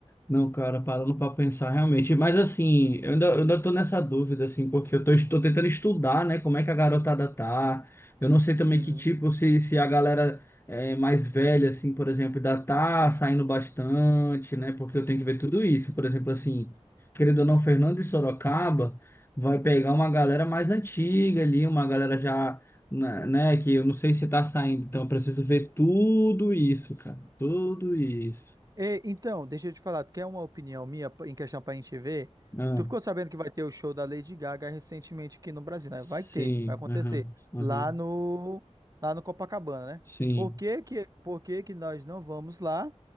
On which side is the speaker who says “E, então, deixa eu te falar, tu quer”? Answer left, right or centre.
Right